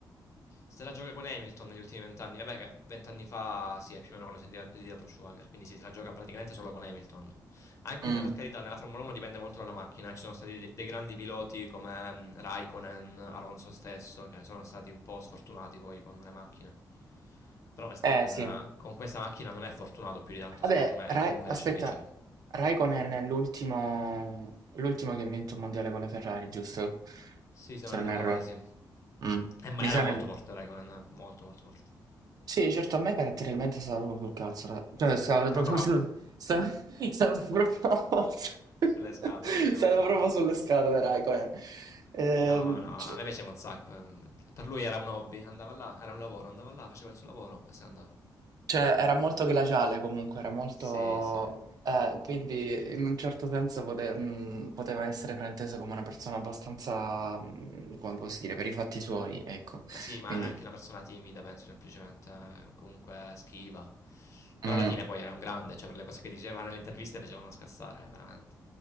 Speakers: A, on the left; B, on the right.
A: Se la gioca con Hamilton negli ultimi vent'anni, vabbè, che vent'anni fa sì, è più o meno quando si è ritira- ritirato Schumacher, quindi sì, se la gioca praticamente solo con Hamilton. Anche
B: Mm.
A: se per carità nella Formula 1 dipende molto dalla macchina, ci sono stati de- dei grandi piloti come mm, Raikkonen, Alonso stesso, che sono stati un po' sfortunati poi con le macchine. Però Verstappen
B: Eh sì,
A: eh, con questa macchina non è fortunato più di tanto,
B: Vabbè,
A: secondo me,
B: Ra-
A: e comunque
B: aspetta,
A: riesce a vincere.
B: Raikkonen è l'ultimo l'ultimo che ha vinto il mondiale con la Ferrari, giusto?
A: Sì, se
B: Se
A: non
B: non
A: ricordo
B: erro.
A: male, sì.
B: Mm.
A: Eh, ma
B: Mi
A: era
B: sa
A: molto
B: nel...
A: forte Raikkonen, eh, molto molto forte.
B: Sì, certo, a me caratterialmente stava proprio sul cazzo, ra- cioè stava
A: <laughs>
B: proprio
A: No,
B: sul... sta- Stava, proprio... <laughs>
A: sulle scatole, diciamo,
B: stava
A: sì.
B: proprio sulle scatole Raikkonen. Ehm,
A: No, no,
B: cioè-
A: a me piaceva un sacco. ehm, Per lui era un hobby, andava là, era un lavoro, andava là, faceva il suo lavoro e se ne andava.
B: Cioè, era molto glaciale comunque, era molto...
A: Sì, sì.
B: eh, quindi in un certo senso pote- mh, poteva essere frainteso come una persona abbastanza, mh, come posso dire, per i fatti suoi, ecco.
A: Ma sì, ma
B: Quindi,
A: era anche una persona timida, penso semplicemente, eh, comunque schiva. Però
B: mm,
A: alla fine poi era un grande, cioè per le cose che diceva nelle interviste facevano scassare, eh, veramente.